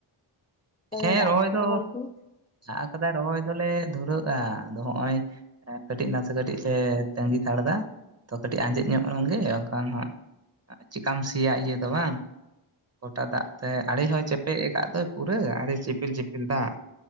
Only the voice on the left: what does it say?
ᱫᱚᱢᱮ
ᱫᱟᱜ
ᱠᱚ